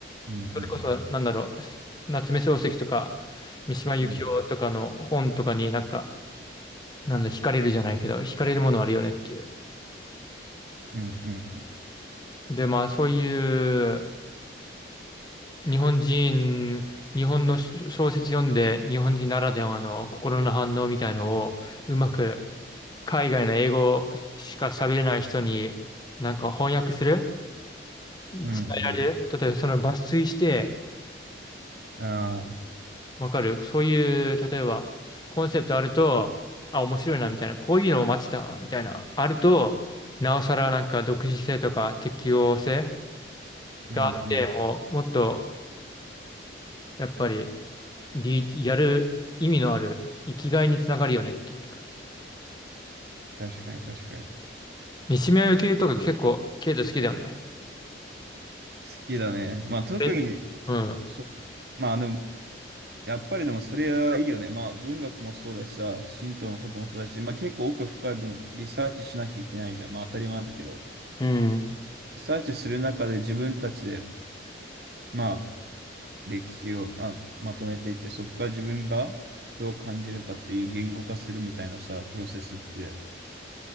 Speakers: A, on the right (about 55°); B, on the left (about 20°).
A: うんうん
B: それこそ、なんだろう、夏目漱石とか、三島由紀夫とかの本とかになんか、
A: うん
B: なんだ、惹かれるじゃないけど、惹かれるものあるよねっていう。
A: うんうん
B: で、まあ、そういう日本人、日本の小小説読んで、日本人ならではの心の反応みたいのを、うまく海外の英語しか喋れない人に、なんか翻訳する伝えられる例えばその抜粋して、
A: うんうん。ああ、
B: わかるそういう、例えば、コンセプトあると、あ、面白いな、みたいな、こういうのを待ってた、みたいな、あると、なおさらなんか独自性とか適応性
A: うんうん。
B: があって、もう、もっと、やっぱり、リーやる意味のある、生きがいにつながるよねっていう。
A: 確かに確かに。
B: 三島由紀夫とか結構、ケイト好きだよね。
A: 好きだね。まあ特に、
B: えうん。
A: そ、まあでも、やっぱりでもそれはいいよね。まあ文学もそうだしさ、神道のこともそうだし、まあ結構奥深い分リサーチしなきゃいけないじゃん。まあ当たり前だけど。
B: うん。
A: リサーチする中で自分たちで、まあ、歴史を、まあ、まとめていって、そこから自分がどう感じるかっていう言語化するみたいなさ、プロセスって、